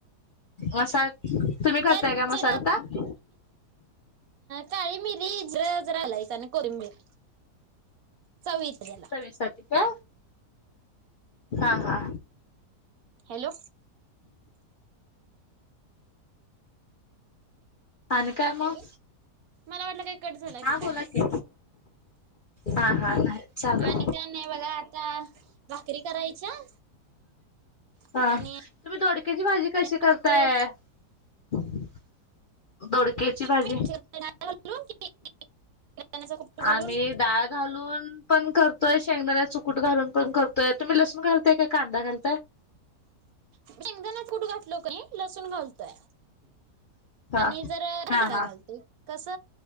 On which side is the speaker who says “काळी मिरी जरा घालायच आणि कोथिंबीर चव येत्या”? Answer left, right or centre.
Right